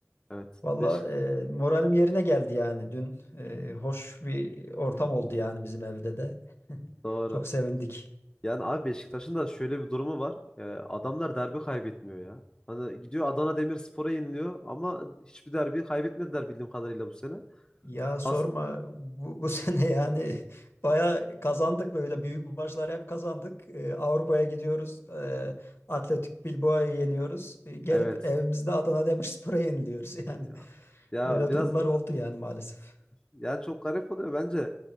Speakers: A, on the left (about 20°); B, on the left (about 55°).
A: evet.
B: valla
A: Beşik
B: e, moralim yerine geldi yani dün e, hoş bir ortam oldu yani bizim evde de <laughs>
A: <laughs> doğru.
B: çok sevindik.
A: Yani abi Beşiktaş'ın da şöyle bir durumu var. E, adamlar derbi kaybetmiyor ya. Hani gidiyor Adana Demirspor'a yeniliyor ama hiçbir derbi kaybetmediler bildiğim kadarıyla bu sene.
B: Ya sorma
A: Az
B: bu, bu <laughs> sene yani baya kazandık böyle büyük maçlar hep kazandık. Ee, Avrupa'ya gidiyoruz. E, Atletik Bilbao'yu yeniyoruz. Ee, gelip
A: evet.
B: evimizde Adana Demirspor'a yeniliyoruz <laughs>
A: E,
B: yani.
A: Ya, ya
B: Böyle
A: biraz
B: durumlar
A: e,
B: oldu yani maalesef.
A: yani çok garip oluyor bence.